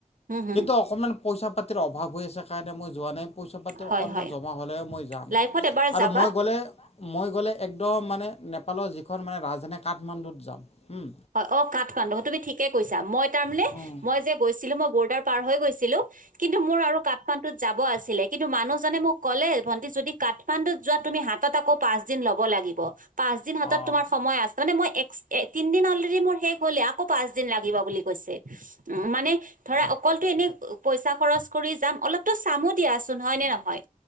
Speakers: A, on the right; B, on the left.
A: হুম, হুম,
B: কিন্তু অকমান পইচা পাতিৰ অভাৱ হৈ আছে কাৰণে মই যোৱা নাই। পইচা পাতি
A: হয়,
B: অকণমান
A: হয়।
B: জমা হ'লে মই যাম
A: লাইফত এবাৰ
B: আৰু
A: যাবা।
B: মই গ'লে মই গ'লে একদম মানে নেপালৰ যিখন মানে ৰাজধানী কাঠমাণ্ডুত যাম। উম।
A: হয় অ কাঠমাণ্ডু তুমি ঠিকে কৈছা মই তাৰমানে
B: উম।
A: মই যে গৈছিলো মই বৰ্ডাৰ পাৰ হৈ গৈছিলোঁ কিন্তু মোৰ আৰু কাঠমাণ্ডুত‌ যা ব আছিলে কিন্তু মানুহজনে মোক ক'লে ভন্টি যদি কাঠমাণ্ডুত যোৱা তুমি হাতত আকৌ পাঁচ দিন ল'ব লাগিব। পাঁচ দিন হাতত
B: অ'।
A: তোমাৰ সময় আছে তামানে মই এক্স এ তিন দিন হল <unintelligible> মোৰ শেষ হলে আকৌ পাঁচ দিন লাগিব বুলি কৈছে উ মানে ধৰা অকলটো এনে পইচা খৰচ কৰি যাম অলপতো চামো দিয়াচোন হয়নে নহয়?